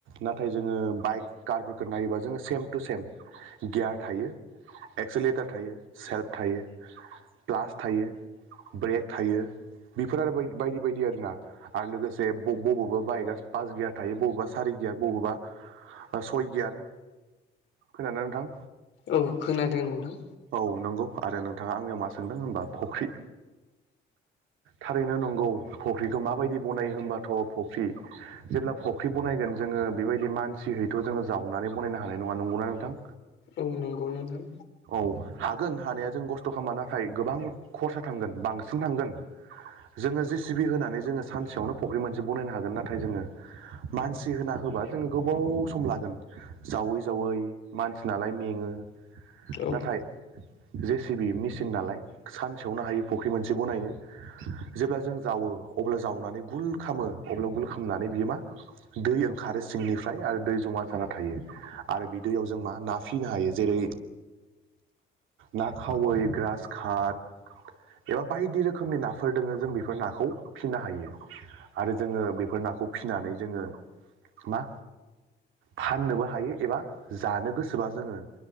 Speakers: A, on the right; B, on the left.
A: नाथाय जोङो बाइक कारफोरखौ नायोबा जोङो सेम टु सेम गियार थायो एक्सिलेटार थायो सेल्प थायो प्लास थायो ब्रेक थायो बेफोर आरो बायदि बायदि आरोना आरो लोगोसे बबावबा बाइकआ पास गियार थायो बबावबा सारि गियार बबावबा सयगियार खोनादोंना नोंथां
B: औ खोनादों नोंथां
A: औ नंगौ आरो नोंथाङा आंनियाव मा सोंदों होनबा फख्रि थारैनो नंगौ फख्रिखौ माबायदि बनायो होनोमबाथ' फख्रि जेब्ला फुख्रि बनायगोन जोङो बेबायदि मानसि हैथ' जोङो जावनानै बनायनो हानाय नङा नंगौना नोंथां
B: औ नंगौ नोंथां
A: औ हागोन हानाया जों खस्थ' खालामाना गोबां खरसा थांगोन बांसिन थांगोन जोङो जि सिबि होनानै जोङो सानसेयावनो फुख्रि मोनसे बनायनो हागोन नाथाय जोङो मानसि होना होबा जोङो गोबाव सम लागोन जावै जावै मानसि नालाय मेङो
B: औ
A: नाथाय जे सिबि मि थिन नालाय सानसेयावनो हायो फुख्रि मोनसे बनायनो जेब्ला जों जावो अब्ला जावनानै गुल खालामो अब्ला गुल खालामनानै बियो मा दै ओंखारो सिंनिफ्राय आरो दै जमा जाना थायो आरो बि दैैयाव जों मा ना फिनो हायो जेरै ना खावै ग्रा सकाट एबा बायदि रोखोमनि नाफोर दोङो जों बेफोर नाखौ फिसिनो हायो आरो जोङो बेफोर नाखौ फिसिनानै जोङो मा फाननोबो हायो एबा जानो गोसोबा जोङो